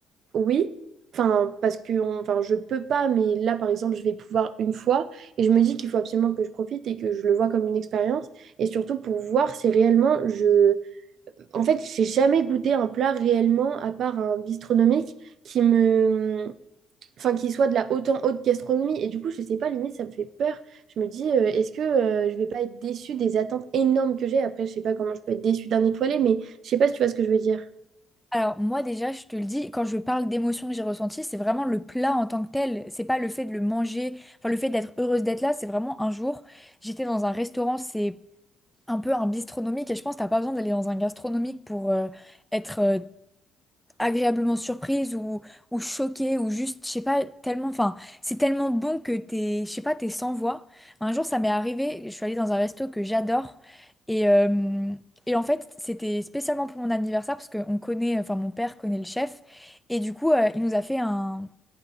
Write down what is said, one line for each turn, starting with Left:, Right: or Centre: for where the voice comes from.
Right: oui, enfin, parce que on- enfin, je peux pas, mais là, par exemple, je vais pouvoir une fois. Et je me dis qu'il faut absolument que je profite et que je le vois comme une expérience. Et surtout pour voir si réellement je... En fait, j'ai jamais goûté un plat réellement, à part un bistronomique, qui me... Enfin, qui soit de la haute en haute gastronomie. Et du coup, je sais pas, limite, ça me fait peur. Je me dis, euh, est-ce que euh, je vais pas être déçue des attentes énormes que j'ai? Après, je sais pas comment je peux être déçue d'un étoilé, mais je sais pas si tu vois ce que je veux dire.
Centre: Alors moi déjà, je te le dis, quand je parle d'émotions que j'ai ressenties, c'est vraiment le plat en tant que tel. C'est pas le fait de le manger, enfin le fait d'être heureuse d'être là. C'est vraiment un jour, j'étais dans un restaurant, c'est un peu un bistronomique et je pense que t'as pas besoin d'aller dans un gastronomique pour euh, être euh, agréablement surprise ou, ou choquée ou juste, je sais pas, tellement, enfin, c'est tellement bon que t'es, je sais pas, t'es sans voix. Un jour, ça m'est arrivé, je suis allée dans un resto que j'adore et, euh, et en fait, c'était spécialement pour mon anniversaire parce qu'on connaît, enfin, mon père connaît le chef et du coup, euh, il nous a fait un,